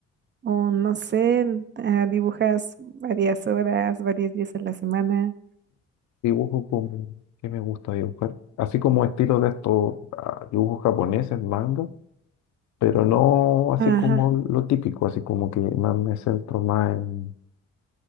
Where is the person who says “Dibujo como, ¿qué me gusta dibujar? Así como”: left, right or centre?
Left